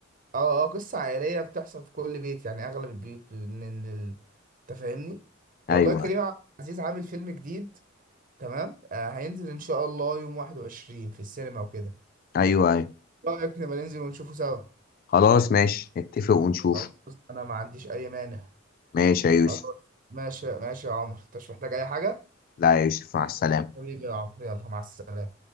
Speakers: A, on the right; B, on the left.
A: اه اه قصة عائلية بتحصل في كل بيت يعني أغلب البيوت من ال- أنت فاهمني والله
B: ايوه
A: كريم عبد العزيز عامل فيلم جديد تمام أه هينزل إن شاء الله يوم 21 في السينما وكده
B: ايوه ايوه
A: إيه رأيك نبقى ننزل ونشوفه سوا
B: خلاص ماشي نتفق ونشوف
A: خلاص أنا ما عنديش أي مانع
B: ماشي يا يوسف
A: خلاص ماشي ماشي يا عمر أنت مش محتاج أي حاجة
B: لا يا يوسف مع السلامة
A: حبيبي يا عمر يلا مع السلامة